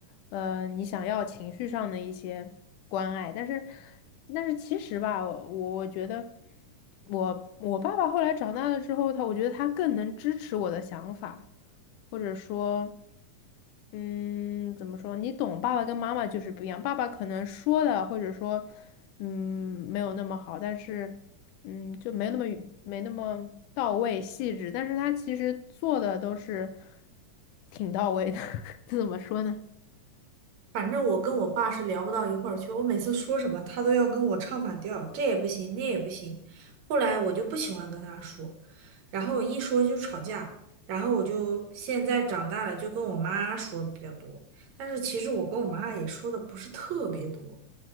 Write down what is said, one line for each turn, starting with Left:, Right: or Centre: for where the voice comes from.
Left: 呃，你想要情绪上的一些关爱。但是，但是其实吧，我我我觉得我我爸爸后来长大了之后，他我觉得他更能支持我的想法，或者说。嗯，怎么说？你懂，爸爸跟妈妈就是不一样。爸爸可能说的，或者说，嗯，没有那么好，但是，嗯，就没有那么没那么到位、细致。但是他其实做的都是挺到位的。<laughs> 这怎么说呢？
Right: 反正我跟我爸是聊不到一块儿去，我每次说什么他都要跟我唱反调，这也不行，那也不行。后来我就不喜欢跟他说，然后一说就吵架，然后我就现在长大了，就跟我妈说的比较多。但是其实我跟我妈也说的不是特别多，